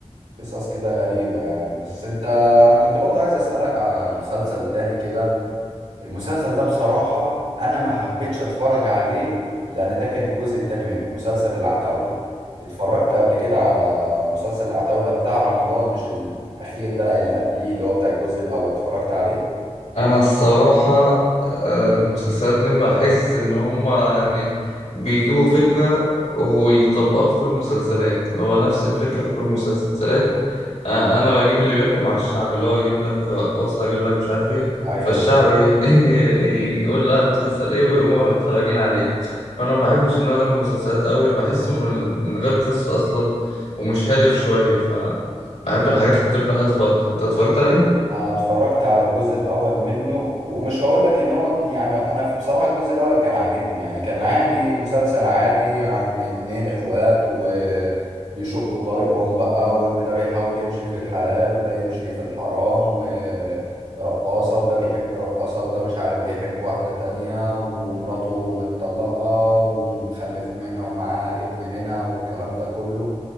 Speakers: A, on the right; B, on the left.
A: قصص كده غريبة يعني بس انت انا كنت برضه عايز اسألك على مسلسل تاني كده المسلسل ده بصراحة أنا ما حبيتش أتفرج عليه لأن ده كان الجزء التاني منه مسلسل العتاولة اتفرجت قبل كده على مسلسل العتاولة بتاع رمضان مش الأخير ده لأ اللي قبليه اللي هو بتاع الجزء الأول اتفرجت عليه
B: انا الصراحه آه، المسلسلات دي بحس ان هما يعني بيجيبوا فكره ويطبقوها في كل المسلسلات اللي هو نفس الفكره في كل المسلسلات آه، انا بجيب اللي بياكل مع الشعب اللي هو اجيب لك رقاصه اجيب لك مش عارف ايه
A: أيوه
B: فالشعب ايه <laughs> يقول لا المسلسل ايه ويقوموا متفرجين عليه فانا ما بحبش النوع ده من المسلسلات قوي بحسه من من غير قصه اصلا ومش هادف شويه ف بحب الحاجات اللي بتبقى هادفه اكتر انت اتفرجت عليه
A: انا اتفرجت على الجزء الاول منه ومش هقول لك ان هو يعني انا في- بصراحة الجزء الاول كان عاجبني يعني كان عادي مسلسل عادي عن اتنين اخوات وبيشقوا طريقهم بقى وان ده بيحاول يمشي في الحلال وده يمشي في الحرام ورقاصة وده بيحب رقاصة وده مش عارف بيحب واحدة تانية ومراته متطلقة ومخلف منها ومعاه ابن منها والكلام ده كله